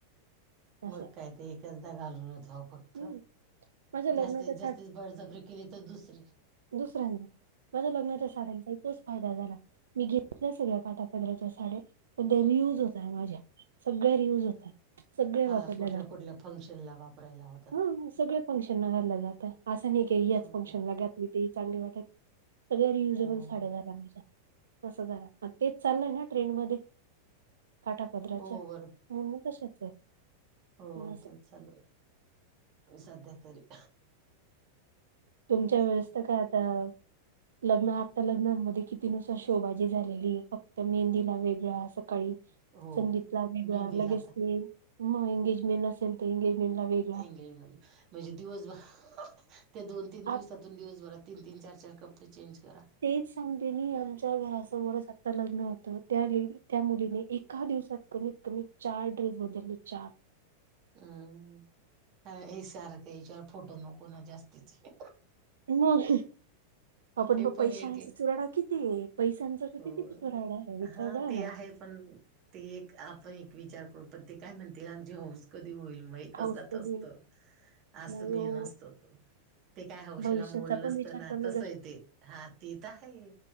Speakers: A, on the right; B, on the right.
A: असं
B: मग काय ते एकचदा घालून होच ह फक्त
A: हम्म माझ्या लग्नाच्या
B: जास्तीत जास्तीत बडजपर केिली तर दुसरीे
A: दुसऱ्यांना माझ्या लग्नाच्या साड्यांचा इ तोच फायदा झाला. मी घेतल्या सगळ्या काटा पदराच्या साड्या पण ते रियूज होतय माझ्या सगळ्या रियूज होत. <unintelligible> सगळे
B: हा
A: वापरल्या
B: कुठल्या
A: जाते
B: कुठल्या फंक्शनला वापरायला होतात
A: ह सगळ फंक्शन न घालल्या जातं. असं नाही का ह याच
B: अं,
A: फंक्शन लाग्यात म ते चांगली वाटत सगळ्या रियुजेबल
B: हो
A: साड्या झाल्या माझ्या तसं झारा तेच चाललंय ना ट्रेन मध्ये काटापदराच्या
B: हो बरोबर
A: ह तशच आहेत.
B: हो
A: असं
B: तेच चालू आहे सध्या तरी
A: तुमच्या
B: तेच
A: वेळेस
B: ते
A: तर काय आता लग्न आता लग्नांमध्ये किती नुसार शोबाजी झालेली फक्त मेहंदीला वेगळ्या सकाळी
B: हो
A: संगीतला वेगळा
B: मेहंदीला
A: लगेच
B: आता
A: ते मग एंगेजमेंट असेल तर एंगेजमेंट ला वेग
B: एंगेजमेंट म्हणजे दिवसभर त्या दोन तीन दिवसातून
A: आ
B: दिवसभरात तीन तीन चार चार कपडे चेंज करा.
A: तेच सांगतेनी आमच्या घरासमोरच आता लग्न होतं त्या त्या मुलीने एका दिवसात कमी क मी चार ड्रेस बदल म चार
B: हम्म कारण हे सारखं याच्यावर फोटो नको ना जास्तीचे
A: मग आपण
B: ते
A: ब
B: पण
A: पैशांचा
B: एक आहे
A: चुराड किती पैशां कितीचोराडा
B: हो
A: आहे विचार
B: हा
A: जा
B: ते
A: ना.
B: आहे पण ते एक आपण एक विचार करू पण ते काय म्हणतील आमचे हौऊस कधी होईलमुळे एकच
A: हाऊस
B: जात
A: कधी
B: असत अस
A: नाही
B: मी
A: हो,
B: नसतो तो ते काय हौशीला
A: भविष्याचा
B: मोल
A: पण
B: नसतं
A: विचार
B: ना
A: करणं
B: तसंय
A: कष्ट
B: ते हा ते तर आहे